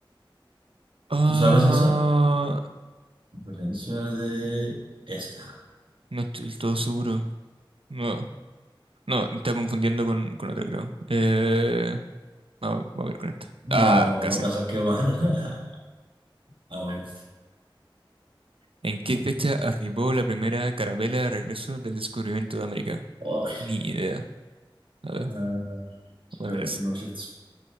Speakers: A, on the right; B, on the right.
A: Ah,
B: ¿Tú sabes esa? Conferencia de esta.
A: no estoy del todo seguro. No, no, me está confundiendo con, con otra, creo. Eh, Vamos, vamos a ver con esto. Ah,
B: No,
A: casi.
B: la saqué mal. <laughs> A ver.
A: ¿En qué fecha arribó la primera carabela de regreso del descubrimiento de América?
B: Ay,
A: Ni idea. A ver,
B: ah,
A: voy
B: espera,
A: a poner esa.
B: no sé,